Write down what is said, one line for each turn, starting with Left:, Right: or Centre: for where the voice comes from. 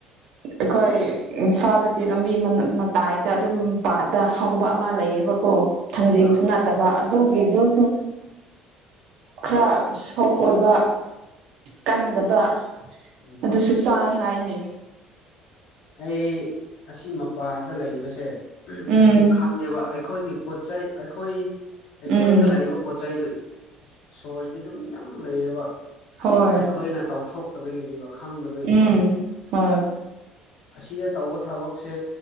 Right: ꯑꯩꯈꯣꯏ ꯏꯝꯐꯥꯜꯗꯗꯤ ꯂꯝꯕꯤ ꯃꯇꯥꯏꯗ ꯑꯗꯨꯝ ꯄꯥꯟ ꯇ ꯍꯧꯕ ꯑꯃ ꯂꯩꯌꯦꯕꯀꯣ ꯊꯥꯡꯖꯤꯡꯁꯨ
Left: ꯑꯥ
Right: ꯅꯠꯇꯕ ꯑꯗꯨꯒꯤꯗꯨꯁꯨ ꯈꯔ ꯁꯣꯐ ꯑꯣꯏꯕ ꯀꯟꯗꯕ
Left: ꯎꯝ
Right: ꯑꯗꯨꯁꯨ ꯆꯥꯏ ꯍꯥꯏꯅꯦ
Left: ꯑꯩ ꯑꯁꯤ ꯃꯄꯥꯟꯗ ꯂꯩꯕꯁꯦ
Right: ꯎꯝ
Left: ꯑꯗꯨꯝ ꯈꯪꯉꯦꯕ ꯑꯩꯈꯣꯏꯒꯤ ꯄꯣꯠ ꯆꯩꯩ ꯑꯩꯈꯣꯏ ꯑꯩꯈꯣꯏꯗ
Right: ꯎꯝ
Left: ꯂꯥꯛꯏꯕ ꯄꯣꯠ ꯆꯩꯗꯨ ꯁꯣꯔꯁꯇꯤ ꯑꯗꯨꯝ ꯌꯥꯝ ꯂꯩꯌꯦꯕ
Right: ꯍꯣꯏ
Left: ꯑꯩꯈꯣꯏꯅ ꯇꯧꯊꯣꯛꯇꯕꯒꯤꯅꯦꯕ ꯈꯪꯗꯕꯒꯤꯀꯣ
Right: ꯎꯝ
Left: ꯍꯥꯏꯗꯤ
Right: ꯍꯣꯏ
Left: ꯑꯁꯤꯗ ꯇꯧꯕ ꯊꯕꯛꯁꯦ